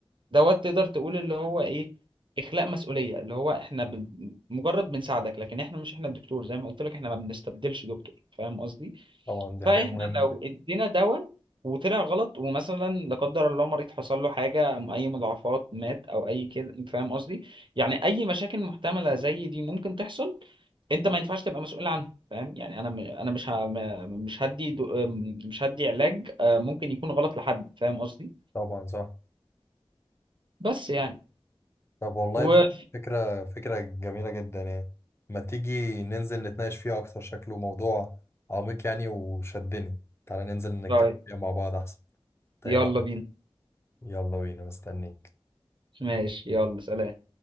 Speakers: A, on the right (about 55°); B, on the left (about 25°).
A: دوت تقدر تقول اللي هو ايه اخلاء مسؤولية اللي هو احنا بن- مجرد بنساعدك لكن احنا مش احنا الدكتور زي ما قلت لك احنا ما بنستبدلش دكتور فاهم قصدي
B: طبعا دي
A: فاحنا
B: حاجة مهمة
A: لو ادينا دواء وطلع غلط ومثلا لا قدر الله مريض حصل له حاجه اي مضاعفات مات او اي كده انت فاهم قصدي يعني اي مشاكل محتمله زي دي ممكن تحصل انت ما ينفعش تبقى مسؤول عنها فاهم يعني انا م... انا مش ه... م- مش هدي دو... م- مش هدي علاج آه، ممكن يكون غلط لحد فاهم قصدي
B: طبعا صح
A: بس يعني
B: طب والله
A: و
B: ده فكرة فكرة جميلة جدا يعني ما تيجي ننزل نتناقش فيها أكتر شكله موضوع عميق يعني وشدني تعالى ننزل نتكلم
A: طيب
B: فيها مع بعض أحسن طيب
A: يلا بينا
B: يلا بينا مستنيك
A: ماشي يلا سلام